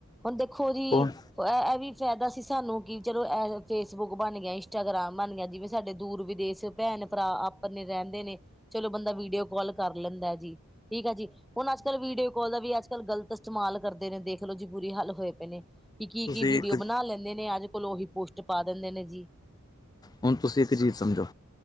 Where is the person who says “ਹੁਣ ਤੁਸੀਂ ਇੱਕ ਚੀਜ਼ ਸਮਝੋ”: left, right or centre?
Left